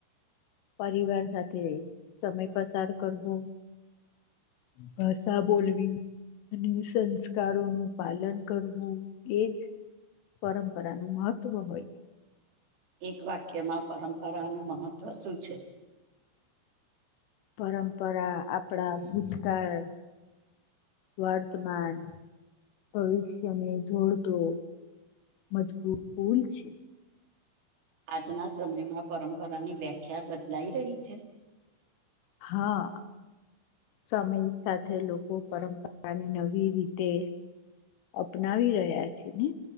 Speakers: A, on the left; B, on the right.
A: પરિવાર સાથે સમય પસાર કરવો ભાષા બોલવી અને સંસ્કારોનું પાલન કરવું એજ પરંપરાનું મહત્ત્વ હોય છે
B: એક વાક્યમાં પરંપરાનું મહત્વ શું છે
A: પરંપરા આપણા ભૂતકાળ વર્તમાન ભવિષ્યને જોડતો મજબૂત પુલ છે
B: આજના સમયમાં પરંપરાની વ્યાખ્યા બદલાઈ રહી છે
A: હા સમયની સાથે લોકો પરંપરાની નવી રીતે અપનાવી રહ્યા છે ને